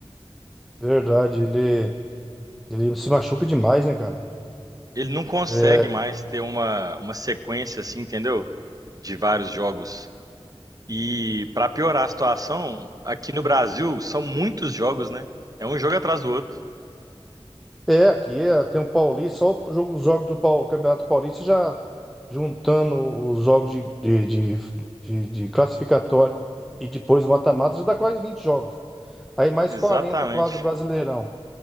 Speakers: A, in the centre; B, on the right.
A: Verdade, ele ele se machuca demais, né, cara?
B: ele não consegue
A: É,
B: mais ter uma, uma sequência assim, entendeu? De vários jogos. E para piorar a situação, aqui no Brasil são muitos jogos, né? É um jogo atrás do outro.
A: É, aqui é, tem o Paulista, só o jogo- os jogos do Paul- Campeonato Paulista já juntando os jogos de, de, de, de- de classificatório e depois o mata-mata, já dá quase 20 jogos. Aí mais
B: Exatamente.
A: 40 quase Brasileirão,